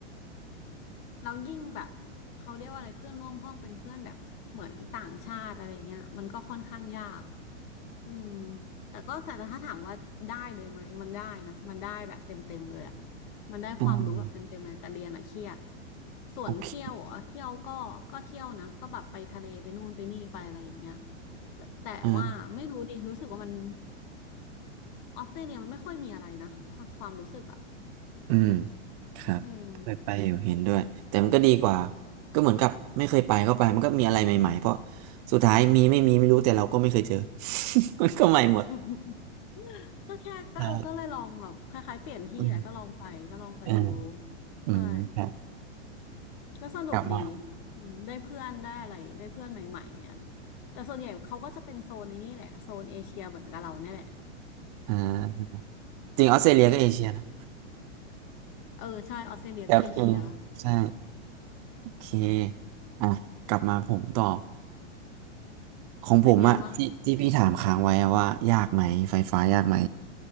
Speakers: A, on the left; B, on the right.
A: เรายิ่งแบบเขาเรียกว่าอะไรเพื่อนร่วมห้องเป็นเพื่อนแบบเหมือนต่างชาติอะไรเงี้ยมันก็ค่อนข้างยาก อืมแต่ก็แต่ถ้าถามว่าได้เลยไหมมันได้นะมันได้แบบเต็มเต็มเลยอ่ะมันได้ความรู้แบบเต็มเต็มเลยแต่เรียนอ่ะเครียด
B: อืม
A: ส่วนเที่ยวอ่ะเที่ยวก็ก็เที่ยวนะก็แบบไปทะเลไปนู่นไปนี่ไปอะไรอย่างเงี้ย
B: โอเค
A: แต่แต่ว่าไม่รู้ดิรู้สึกว่ามัน
B: อ่า
A: ออสเตรเลียมันไม่ค่อยมีอะไรนะความรู้สึกอ่ะ
B: อืมครับเคยไปอยู่เห็นด้วยแต่มันก็ดีกว่า
A: อืม
B: ก็เหมือนกับไม่เคยไปก็ไปมันก็มีอะไรใหม่ๆเพราะสุดท้ายมีไม่มีไม่รู้แต่เราก็ไม่เคยเจอ <laughs> มันก็ใหม่หมด
A: <laughs> ก็แค่ก็เออก็เลยลองแบบคล้ายๆเปลี่ยนที่แหละก็ลองไปก็ลองไปดู
B: ใช่อืมอ่าอืมครับ
A: ใช่ ก็สนุกดี
B: กลับมา
A: อืมได้เพื่อนได้อะไร ได้เพื่อนใหม่ๆอะแต่ส่วนใหญ่เขาก็จะเป็นโซนในนี่แหละ โซนเอเชียเหมือนกับเราเนี่ยแหละ
B: อ่าจริงออสเตรเลียก็เอเชียนะ
A: อืมเออใช่ออสเตรเลียก็เอเชีย
B: ครับอืมใช่โอเคอ่ะกลับมาผมต่อของผมอะที่ที่พี่ถามค้างไว้อะว่ายากไหมไฟฟ้ายากไหม
A: เป็นไงบ้าง